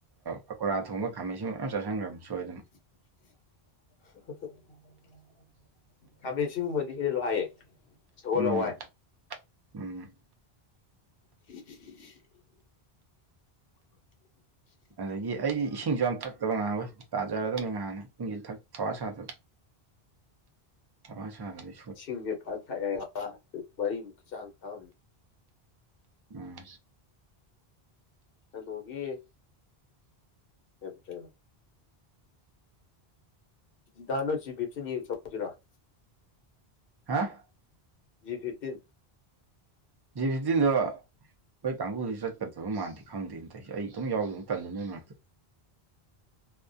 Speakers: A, on the right; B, on the left.
A: ꯄꯀꯣꯔꯥ ꯊꯣꯡꯕ ꯈꯥꯃꯩꯟꯁꯤꯟ ꯃꯌꯥꯝ ꯆꯥꯁꯤꯟꯈ꯭ꯔꯕꯅꯤ ꯁꯣꯏꯗꯅ
B: ꯑꫭ ꯈꯥꯃꯩꯟꯁꯤꯟ ꯁꯤꯒꯨꯝꯕꯗꯤ ꯍꯦꯂꯣ ꯍꯥꯏꯌꯦ ꯁꯒꯣꯜ
A: ꯎꯝ
B: ꯍꯋꯥꯏ
A: ꯎꯝ
B: <unintelligible> <unintelligible>
A: ꯑꯗꯒꯤ ꯑꯩꯗꯤ ꯏꯁꯤꯡꯁꯨ ꯌꯥꯝ ꯊꯛꯇꯕ ꯉꯥꯏꯍꯍꯩ ꯇꯥꯖꯔꯗꯕꯅꯤ ꯉꯍꯥꯟꯅꯤ ꯏꯪꯁꯨ ꯊꯛ ꯊꯋꯥ ꯁꯥꯗꯕ ꯁꯥꯂꯛ ꯁꯔꯥꯅꯤ
B: ꯏꯁꯤꯡꯁꯦ ꯐꯖꯅ ꯊꯛꯑꯦ ꯃꯔꯤꯃꯨꯛꯀꯤ ꯆꯥꯡ ꯊꯝꯑꯝꯅꯤ
A: ꯎꯝ
B: ꯀꯩꯅꯣꯒꯤ ꯍꯕ <inaudible> ꯗꯥ ꯅꯣ ꯖꯤ ꯕꯤꯞꯁꯤꯅ ꯌꯦꯡ ꯆꯧꯁꯤꯔꯣ <inaudible>
A: ꯍꯥ
B: ꯖꯤ ꯐꯤꯞꯇꯤꯟ
A: ꯖꯤ ꯐꯤꯝꯇꯤꯟꯗꯣ ꯑꯩꯈꯣꯢ ꯀꯥꯡꯕꯨꯁꯤ ꯆꯠꯀꯗꯕ ꯃꯥꯟꯗꯦ ꯈꯪꯗꯦꯅ ꯑꯩ ꯢꯇꯣꯝ ꯌꯥꯎꯗꯕ ꯇꯟꯗꯅ ꯅꯣꯏ ꯃꯔꯛꯇ